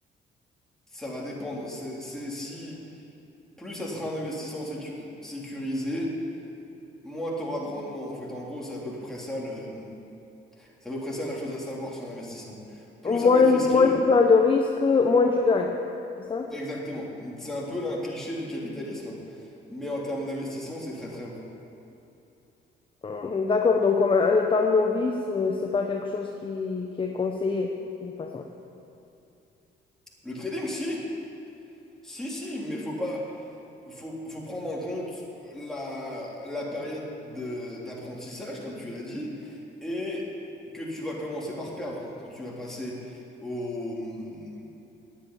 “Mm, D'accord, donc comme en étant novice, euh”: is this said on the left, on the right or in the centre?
Left